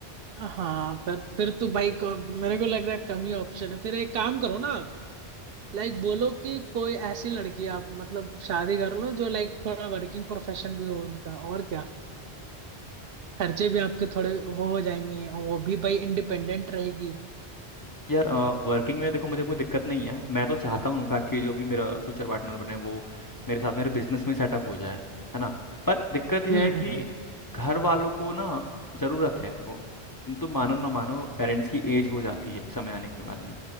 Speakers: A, on the right; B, on the left.
A: हाँ पर फिर तो भाई को मेरे को लग रहा है कम ही ऑप्शन है फिर एक काम करो ना लाइक बोलो कि कोई ऐसी लड़की आप मतलब शादी कर लो जो लाइक थोड़ा वर्किंग प्रोफेशन भी हो उनका और क्या खर्चे भी आपके थोड़े वो हो जाएंगे और वो भी भाई इंडिपेंडेंट रहेगी
B: यार वर्किंग में देखो मुझे कोई दिक्कत नहीं है मैं तो चाहता हूँ इनफैक्ट कि जो भी मेरा फ्यूचर पार्टनर बने वो मेरे साथ मेरे बिजनेस में सेटअप हो जाए है ना पर दिक्कत यह
A: हम्म
B: है कि
A: हम्म
B: घर वालों को ना जरूरत है देखो तुम तो मानो ना मानो पेरेंट्स की एज हो जाती है एक समय आने के बाद में